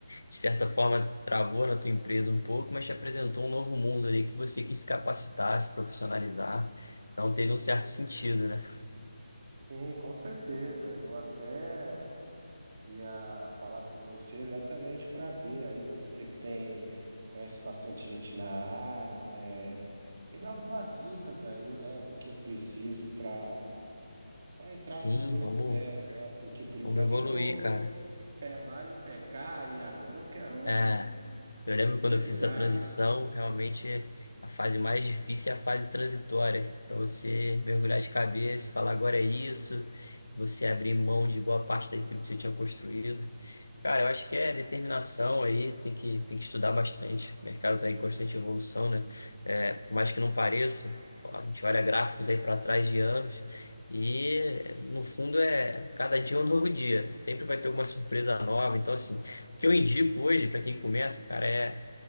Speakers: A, on the left; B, on the right.
A: De certa forma, travou na tua empresa um pouco, mas te apresentou um novo mundo ali que você quis se capacitar, se profissionalizar. Então teve
B: É,
A: um certo sentido, né?
B: Sim, com certeza. Eu até Ia falar com você exatamente para ver aí, você que tem, conhece bastante gente na área, é, e dar algumas dicas aí, né, do que eu preciso para para entrar
A: Sim,
B: com os dois
A: vamos,
B: pés, né? Porque por enquanto
A: vamos evoluir,
B: eu tô
A: cara.
B: pé lá e um pé cá, e agora eu quero
A: É, eu lembro quando
B: mergulhar,
A: eu fiz essa transição,
B: né?
A: realmente a fase mais difícil é a fase transitória, para você mergulhar de cabeça, falar agora é isso, você abrir mão de boa parte daquilo que você tinha construído. Cara, eu acho que é determinação aí, tem que, tem que estudar bastante. O mercado está em constante evolução, né? É, por mais que não pareça, a gente olha gráficos aí para trás de anos e, no fundo, é cada dia é um novo dia. Sempre vai ter alguma surpresa nova. Então, assim, o que eu indico hoje para quem começa, cara, é